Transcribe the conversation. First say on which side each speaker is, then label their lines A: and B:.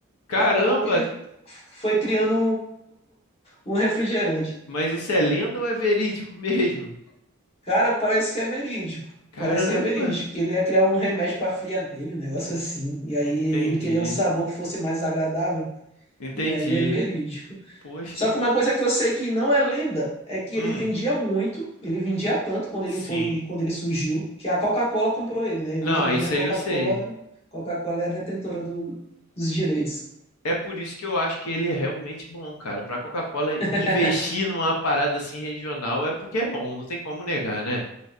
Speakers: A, on the left (about 85°); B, on the left (about 30°).
A: Caramba,
B: E acabou que ele foi criando um, <laughs> um refrigerante.
A: mas isso é lenda ou é verídico <laughs> mesmo?
B: Cara, parece que é verídico.
A: Caramba.
B: Parece que é verídico. Ele ia criar um remédio para a fria dele, um negócio assim. E aí
A: Entendi,
B: ele queria um sabor que fosse mais agradável.
A: entendi.
B: E aí é verídico.
A: Poxa.
B: Só que uma coisa que eu sei que não é lenda é que
A: Hum,
B: ele vendia muito, ele vendia tanto quando
A: sim.
B: ele foi, quando ele surgiu, que a Coca-Cola comprou ele, né?
A: Não,
B: Hoje em dia
A: isso
B: a Coca-Cola,
A: aí eu sei.
B: Coca-Cola é a detentora do- dos direitos.
A: É por isso que eu acho que ele é realmente bom, cara. Pra Coca-Cola
B: <laughs>
A: investir numa parada assim regional é porque é bom, não tem como negar, né?